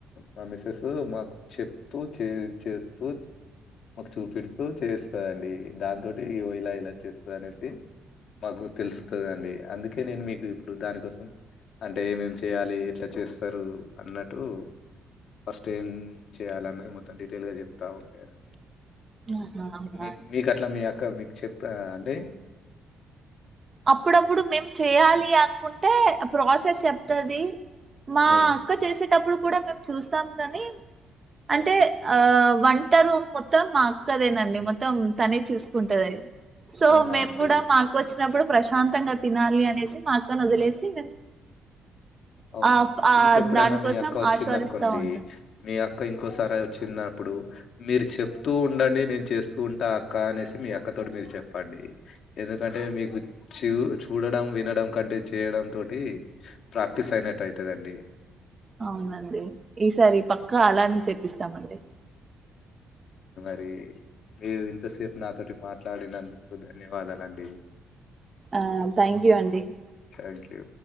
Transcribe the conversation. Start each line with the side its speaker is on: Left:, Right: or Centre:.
Left: మా మిస్సెస్ మాకు చెప్తూ చే చేస్తూ మాకు చూపిడుతూ చేస్తుందిండి దాంతోటి ఇలా ఇలా చేస్తుంది అనేసి మాకు తెలుస్తుందండి అందుకే నేను మీకు ఇప్పుడు దానికోసం అంటే ఏమేమి చేయాలి ఎట్లా చేస్తారు అన్నట్టు ఫస్ట్ ఏం చేయాల అన్నది మొత్తం డిటైల్గా చెప్తా ఉంటదండి
Right: ఆహా అవునా
Left: మీ
Right: అండి
Left: మీకు అట్లా మీ అక్క మీ చేపారా అండి
Right: అప్పుడప్పుడు మేం చెయాలి అనుకుంటే ప్రాసెస్ చెప్తది మా
Left: ఉమ్,
Right: అక్క చేసేటప్పుడు కూడా మేము చూస్తాం కానీ అంటే
Left: ఉమ్,
Right: ఆ వంట రూమ్ మొత్తం మా అక్కదేనండి మొత్తం తనే చూసుకుంటది అది సో
Left: అవునా
Right: మేము
Left: అండి.
Right: కూడా మాకు వచ్చ పెట్టినప్పుడు ప్రశాంతంగా తినాలి అనేసి మా అక్కని వదిలేసి మేము
Left: అవునా
Right: ఆ ఆ
Left: ఇంకెప్పుడైనా
Right: దానికోసం
Left: మీ అక్క వచ్చింది
Right: ఆస్వాదిస్తా
Left: అనుకోండి
Right: ఉంటాం
Left: మీ అ అక్క ఇంకోసారి వచ్చినప్పుడు మీరు చెప్తూ ఉండండి నేను చేస్తూ ఉంటా అక్క అనేసి మీ అక్కతోటి మీరు చెప్పండి ఎందుకంటే మీకు చూ చూడడం వినడం కంటే చేయడం తోటి ప్రాక్టీస్ అయినట్టు అయితదండి
Right: అవునండి ఈసారి పక్కా అలాని చేప్పిస్తామండి
Left: ఎ మీరు ఇంతసేపు నాతోటి మాట్లాడినందుకు ధన్య ధన్యవాదాలండి
Right: ఆ థ్యాంక్ యూ అండి
Left: థ్యాంక్ యూ